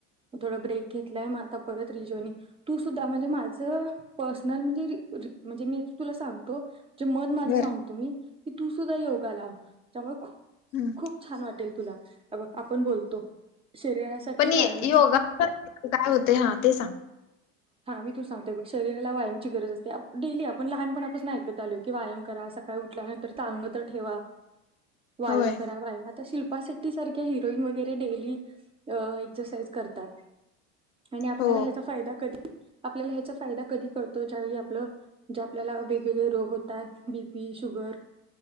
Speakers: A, on the right; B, on the left.
A: थोडं ब्रेक घेतलाय आता परत रिजॉइनिंग, तू सुद्धा म्हणजे माझं, पर्सनल म्हणजे रि री म्हणजे मी आता तुला सांगतो.. मत माझे
B: बर
A: सांगतो मी की तू सुद्धा योगा लाव. <unintelligible>
B: हम्म
A: खूप छान वाटत. टेल तुला. बघ आपण बोलतो शरीरासाठी
B: पण
A: व्यायाम
B: य- योगा <unintelligible> काय होते हा ते सांग.
A: हा मी तू सांगतेोय शरीराला व्यायामची गरज असते डेली आपण लहानपणापण ऐकत आलो की व्यायाम करा सकाळी उठल्या नंतर चाललं तर ठेवा. व्यायाम
B: होय
A: करा व्यायाम. शिल्पा शेट्टी सारख्या हिरोईन वगैरे डेलीक् एक्सरसाइज करतात. आणि आपल्याला
B: हो
A: ह्याचा फायदा कधी आपल्याला ह्याचा फायदा कधी करतो ज्यावेळी आपलं जे आपल्याला वेगवेगळे रोग होतात बीपी शुगर.